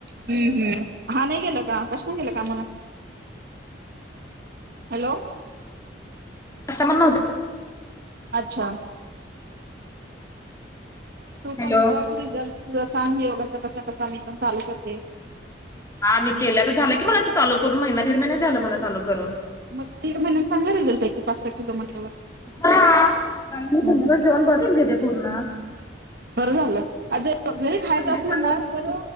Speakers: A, on the right; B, on the left.
A: हम्, हम हा नाही गेलं का, कस नाही गेलं कामाला? हॅलो
B: कस्टमर नव्हते
A: अच्छा तू
B: हॅलो.
A: पण बघ रिझल्ट, सांग योगाचा कसा कसा मी पण चालू करते
B: हा मी केल्या तर झालं की मला ते चालू करून महिना दीड महिने झाला मला चालू करून.
A: मग तीन महिन्यात चांगला रिझल्ट हाय की पाच सहा किलो म्हटल्यावर
B: हा, कारण मी
A: हम्म.
B: संध्याकाळच जेवण बंद केलंय ते पुर्ण
A: बरं झालं, आ ज सगळं खायचं
B: संध्याकाळी
A: असल ना, तर